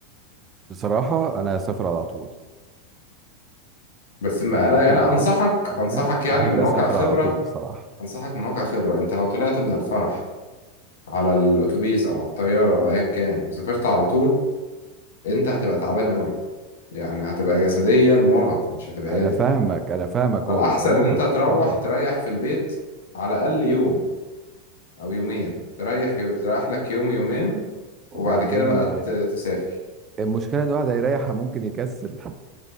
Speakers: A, on the right; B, on the left.
A: بصراحه انا هسافر على طول
B: بس ما
A: انا
B: أنا
A: بحب
B: أنا أنصحك
A: بص انا
B: أنصحك يعني
A: بحب
B: من
A: اسافر
B: واقع خبرة
A: على طول بصراحه
B: أنصحك من واقع خبرة أنت لو طلعت من الفرح على الأتوبيس أو على الطيارة أو أيا كان وسافرت على طول أنت هتبقى تعبان أوي يعني هتبقى جسديا مرهق مش هتبقى
A: انا
B: قادر
A: فاهمك انا فاهمك
B: فالأحسن
A: هو بيبقى مرهق
B: إن أنت تروح
A: اه
B: تريح في البيت على الأقل يوم أو يومين تريح يو... تريح لك يوم يومين
A: وبعدين
B: وبعد كده بقى
A: آه،
B: ت... تسافر
A: المشكله ان الواحد هيريح ممكن يكسل